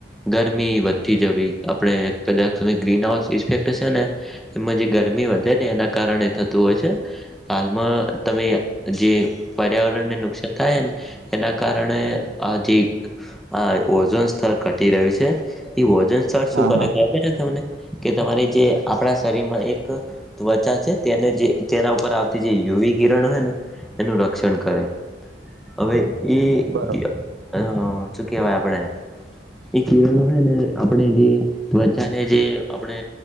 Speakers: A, in the centre; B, on the right.
A: ગરમી વધતી જવી આપણે કદાત તમે ગ્રીન હાઉસ ઇસ્ફેક્ટેસ સેને એમાં જે ગરમી વધે ને એના કારણે થત તું હોય છે. હાલમાં તમે જે પર્યાવરણને નુકસાન થાયન એના કારણે આ <unintelligible> હા ઓઝોન સ્થળ ઘટી રહ્યુ છે. તે ઓઝોન સ્થળ શું
B: હા
A: કરે
B: હા
A: કે <unintelligible> તમને કે તમારી જે આપણા શરીરમાં એક ત્વચા છે તેને જે તેના ઉપર આવતી જે યુ વી કિરણ હોયને એનું ર <unintelligible> કરે. હવે ઈ
B: બરોબર
A: <unintelligible> શું કહેવાય આપણે ઈ કિરણો હેને આપણને જે ત્વચાને જે આપણે